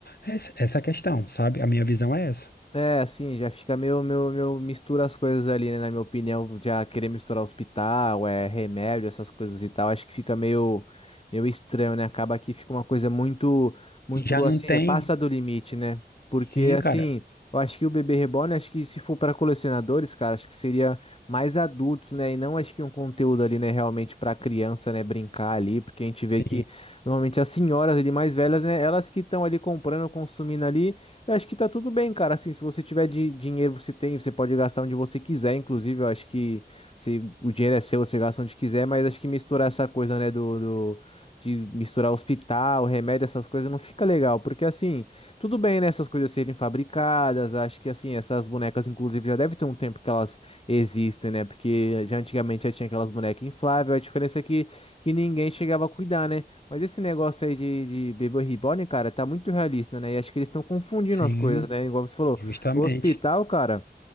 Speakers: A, on the left (about 65°); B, on the left (about 35°).
A: essa essa questão, sabe? A minha visão é essa.
B: É, assim, já fica meio, meio, meio mistura as coisas ali, né? Na minha opinião, já querer misturar hospital, é remédio, essas coisas e tal, acho que fica meio, meio estranho, né? Acaba que fica uma coisa muito, muito
A: E já não
B: assim,
A: tem,
B: é passa do limite, né? Porque
A: sim, cara.
B: assim, eu acho que o bebê reborn, acho que se for para colecionadores, cara, acho que seria mais adultos, né? E não acho que um conteúdo ali, né, realmente para criança, né, brincar ali, porque a gente vê
A: Sim,
B: que normalmente as senhoras ali mais velhas, né, elas que estão ali comprando, consumindo ali eu acho que tá tudo bem, cara. Assim, se você tiver de dinheiro, você tem, você pode gastar onde você quiser. Inclusive, eu acho que se o dinheiro é seu, você gasta onde quiser. Mas acho que misturar essa coisa, né, do, do- de misturar hospital, remédio, essas coisas não fica legal, porque assim, tudo bem, né, essas coisas serem fabricadas. Acho que assim, essas bonecas, inclusive, já deve ter um tempo que elas existem, né? Porque já antigamente já tinha aquelas bonecas infláveis. A diferença é que que ninguém chegava a cuidar, né? Mas esse negócio aí de, de bebê reborn, cara, tá muito realista, né? E acho que eles estão confundindo
A: sim,
B: as coisas, né? Igual você falou,
A: justamente.
B: o hospital, cara,